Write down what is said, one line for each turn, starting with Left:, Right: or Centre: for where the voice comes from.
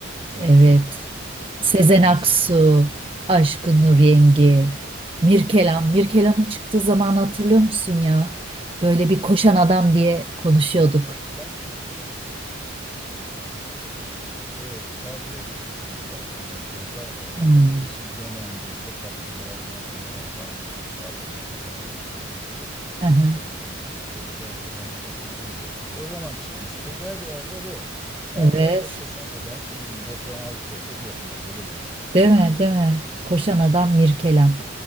Centre: ne
Right: Evet.
Centre: diyorsun atıyor ne
Right: Sezen
Centre: diyor musiki
Right: Aksu, Aşkın
Centre: tabii
Right: Nur Yengi, Mirkelam. Mirkelam'ın çıktığı zaman hatırlıyor musun ya? Böyle bir koşan adam diye konuşuyorduk.
Centre: Ben Koşan adam ben o zaman neredeydim biliyor musun? Ee, şeye tatile gitmiştim işte arkadaşlarla Ee,
Right: Hmm.
Centre: Balıkesir Gönen'de işte kaplıcalar maplıcalar falan böyle tatilimizin konsepti oydu.
Right: Aha.
Centre: Ee, böyle bir hafta falan takıldıydık. O zaman çıkmıştı her yerde bu. Her
Right: Evet.
Centre: yerde koşan adam 1096 çok iyi hatırlıyorum bak yılı bile.
Right: Değil mi? Değil mi? Koşan adam Mirkelam.